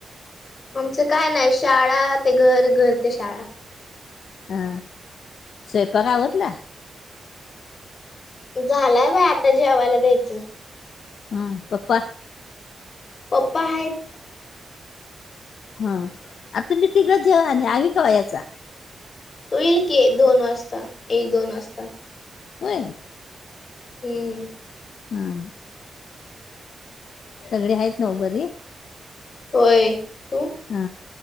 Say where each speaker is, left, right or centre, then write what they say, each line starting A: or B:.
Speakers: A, on the left; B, on the left.
A: आमचं काय नाही शाळा ते घर, घर ते शाळा.
B: हा, स्वयंपाक आवरला?
A: झालाय बाई आता जेवायला द्यायचं.
B: हं पप्पा?
A: पप्पा आहेत.
B: हा आता तुम्ही तिघंच जेवाय, आणि आवी कवा यायचा?
A: तो येईल की दोन वाजता, एक -दोन वाजता.
B: होय.
A: हे...
B: हा. सगळी आहेत नव्ह बरी?
A: होय तू?
B: हा